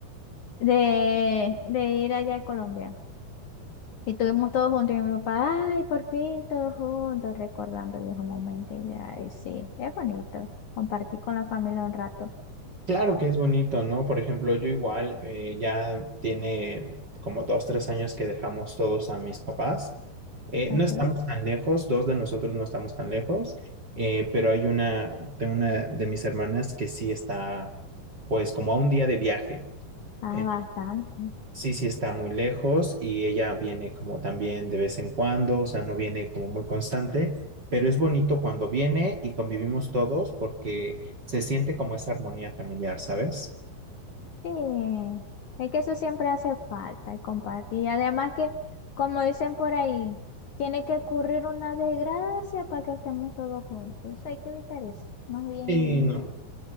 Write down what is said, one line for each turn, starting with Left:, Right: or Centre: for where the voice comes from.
Left: de, de ir allá a Colombia, y estuvimos todos juntos, y mi papá, ay, por fin todos juntos, recordando viejos momentos, y ay, sí, es bonito compartir con la familia un rato.
Right: Claro que es bonito, ¿no? Por ejemplo, yo igual eh, ya tiene como dos, tres años que dejamos todos a mis papás. Eh,
Left: ¿ok?
Right: no estamos tan lejos, dos de nosotros no estamos tan lejos, eh, pero hay una, tengo una de mis hermanas que sí está, pues como a un día de viaje.
Left: Ah,
Right: Eh,
Left: bastante.
Right: sí, sí está muy lejos y ella viene como también de vez en cuando, o sea, no viene como muy constante, pero es bonito cuando viene y convivimos todos porque se siente como esa armonía familiar, ¿sabes?
Left: Sí. Es que eso siempre hace falta, el compartir. Y además que, como dicen por ahí, tiene que ocurrir una desgracia para que estemos todos juntos. Eso hay que evitar eso. Más bien,
Right: Sí, no,